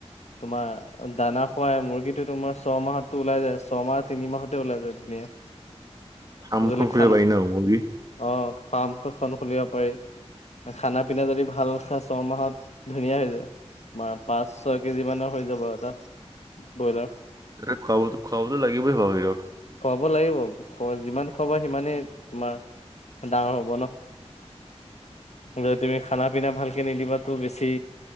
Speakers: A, on the left; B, on the right.
A: তোমাৰ দানা খোৱাই মুৰ্গীটো তোমাৰ ছমাহতো ওলাই যায় ছয়মাহ তিনিমাহতে ওলাই যায় ধুনীয়া
B: ফাৰ্মখন
A: যদি খানা
B: খুলিব পাৰি ন মুৰ্গী
A: অ ফাৰ্ম এখন খুলিব পাৰি খানা পিনা যদি ভাল খা ছয়মাহত ধুনীয়া হৈ যায় তোমাৰ পাঁচ ছয় কেজি মানৰ হৈ যাব এটা ব্ৰইলাৰ
B: এ খোৱা বস্তু খোৱাবতো লাগিবই আৰু সিহঁতৰ
A: খোৱাব লাগিব যিমান খাবা সিমানেই তোমাৰ ডাঙৰ হ'ব ন যদি তুমি খানা পিনা ভালকে নিদিবাতটো বেছি সি